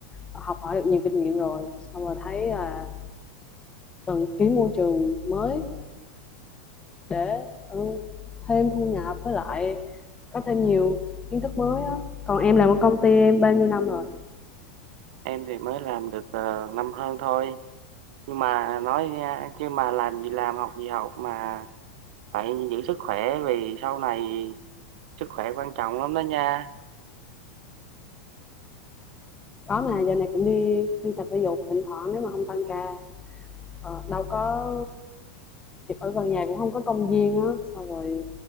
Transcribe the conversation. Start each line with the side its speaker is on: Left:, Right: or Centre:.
Left: học hỏi được nhiều kinh nghiệm rồi xong rồi thấy là cần ký môi trường mới để ừ, thêm thu nhập với lại có thêm nhiều kiến thức mới á còn em làm ở công ty em bao nhiêu năm rồi
Right: em thì mới làm được ờ, năm hơn thôi nhưng mà nói nha chứ mà làm gì làm học gì học mà phải giữ sức khỏe vì sau này sức khỏe quan trọng lắm đó nha
Left: có mà giờ này cũng đi đi tập thể dục thỉnh thoảng nếu mà không tăng ca ờ, đâu có ở gần nhà cũng không có công viên á xong rồi